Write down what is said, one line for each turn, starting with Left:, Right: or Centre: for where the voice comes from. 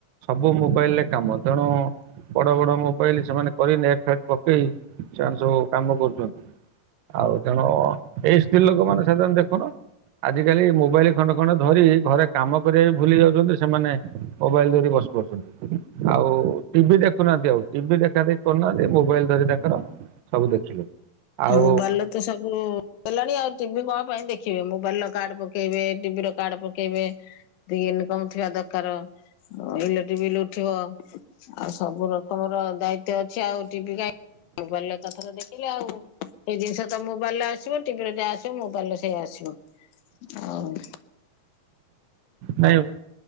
Right: ସବୁ ମୋବାଇଲରେ କାମ ତେଣୁ ବଡ ବଡ ମୋବାଇଲ ସେମାନେ କରି ନେଟ ଫେଟ ପକେଇ ସେମାନେ ସବୁ କାମ କରୁଛନ୍ତି। ଆଉ ତେଣୁ ଏଇ ସ୍ତ୍ରୀ ଲୋକ ମାନେ ସାଧାରଣ ଦେଖୁନ। ଆଜିକାଲି ମୋବାଇଲ ଖଣ୍ଡେ ଖଣ୍ଡେ ଧରି ଘରେ କାମ କରିବା ବି ଭୁଲି ଯାଉଛନ୍ତି ସେମାନେ ମୋବାଇଲ ଧରି ବସ ପଡୁଛନ୍ତି ଆଉ ଟିଭି ଦେଖୁନାହାନ୍ତି ଆଉ ଟିଭି ଦେଖା ଦେଖି କରୁନାହାନ୍ତି ମୋବାଇଲ ଧରି ତାଙ୍କର ସବୁ ଦେଖିଲେ। ଆଉ
Left: ମୋବାଇଲେ ତ ତ ସବୁ ଦେଲାଣି ଆଉ ଟିଭି କଣ ପାଇଁ ଦେଖିବେ ମୋବାଇଲ ର କାର୍ଡ ପକେଇବେ ଟିଭି ର କାର୍ଡ ପକେଇବେ। ଏତେ ଇନକମ ଥିବା ଦରକାର। ଇଲେଟି ବିଲ ଉଠିବ, ଆଉ ସବୁ ରକମର ଦାୟିତ୍ଵ ଏତେ ଅଛି ଆଉ ଟିଭି କାଁ ମୋବାଇଲ ଏଥର ଦେଖିଲେ ଆଉ। ସେଇ ଜିନଷ ତ ମୋବାଇଲ ରେ ଆସିବ ଟିଭି ରେ ଯା ଆସ୍ ମୋବାଇଲ ସେୟା ଆସିବ ଆଉ
Right: ନାଇଁ